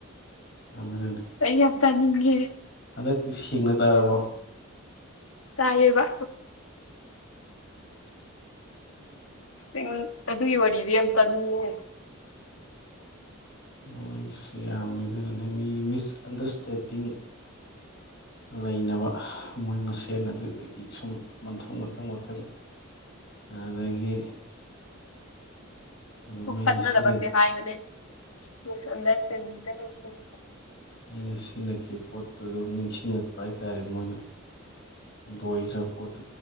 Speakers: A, on the left; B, on the left.
A: ꯑꯗꯨꯅꯅꯦ
B: ꯑꯩ ꯌꯥꯝ ꯇꯥꯅꯤꯡꯉꯦ
A: ꯍꯟꯗꯛꯇꯤ ꯁꯦꯡꯅ ꯇꯥꯔꯕꯣ
B: ꯇꯥꯏꯌꯦꯕ ꯑꯗꯨ ꯑꯗꯨ ꯏ ꯋꯥꯔꯤ ꯌꯦꯟ ꯆꯥꯅꯤꯡꯉꯦ
A: ꯃꯣꯏꯁ ꯌꯥꯝꯃꯦ ꯑꯗꯨ ꯃꯤꯁꯑꯟꯗꯔꯁꯇꯦꯟ ꯇꯤꯟ ꯂꯩꯅꯕ ꯃꯣꯏ ꯃꯁꯦꯟ ꯑꯗꯨꯗꯒꯤ ꯁꯨꯝ ꯃꯟꯊꯪ ꯃꯊꯪ ꯃꯊꯪ ꯑꯗꯒꯤ ꯑꯗꯨꯝ ꯑꯩꯅ
B: ꯐꯠꯅꯗꯕꯁꯦ
A: ꯁꯤꯅ
B: ꯍꯥꯏꯕꯅꯦ <unintelligible>
A: ꯑꯩꯅ ꯁꯤꯖꯤꯟꯅꯈꯤꯕ ꯄꯣꯠꯇꯨ ꯑꯗꯨꯝ ꯅꯤꯡꯁꯤꯡꯉꯛꯄ ꯍꯥꯏꯇꯥꯔꯦ ꯃꯣꯏꯅ ꯂꯣꯏꯈ꯭ꯔꯕ ꯄꯣꯠꯇꯨ